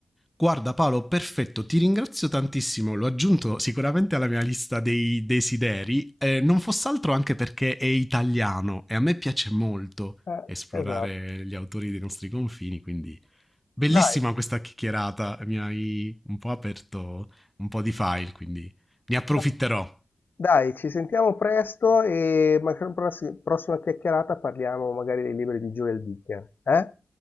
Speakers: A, in the centre; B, on the left.
A: Guarda Paolo, perfetto, ti ringrazio tantissimo, l'ho aggiunto sicuramente alla mia lista dei desideri, eh, non fosse altro anche perché è italiano e a me piace molto
B: Eh,
A: esplorare
B: esatto.
A: gli autori dei nostri confini, quindi bellissima
B: Dai,
A: questa chiacchierata, mi hai un po' aperto un po' di file, quindi ne approfitterò.
B: dai, dai, ci sentiamo presto e magari pross- prossima chiacchierata parliamo magari dei libri di Joel Dicker. Eh?